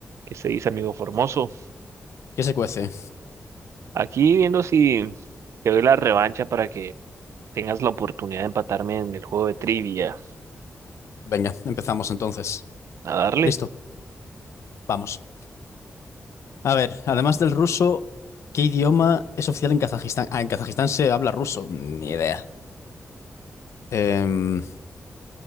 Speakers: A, on the right; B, on the left.
A: ¿Qué se dice, amigo Formoso?
B: ¿Qué se cuece?
A: Aquí viendo si te doy la revancha para que tengas la oportunidad de empatarme en el juego de trivia.
B: Venga, empezamos entonces.
A: A darle.
B: Listo, vamos. A ver, además del ruso, ¿qué idioma es oficial en Kazajistán? Ah, en Kazajistán se habla ruso. Ni idea. Em,